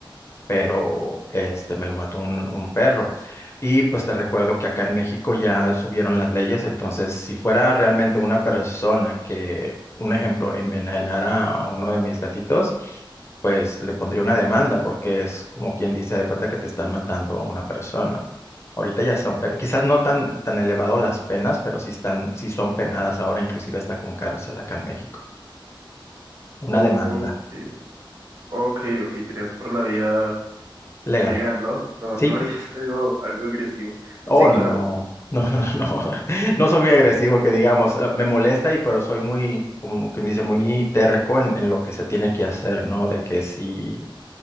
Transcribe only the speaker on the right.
O,
eh, ok, ok, tiras por la vía
legal, ¿no? No,
no harías <laughs> algo, algo agresivo.
Sí, claro.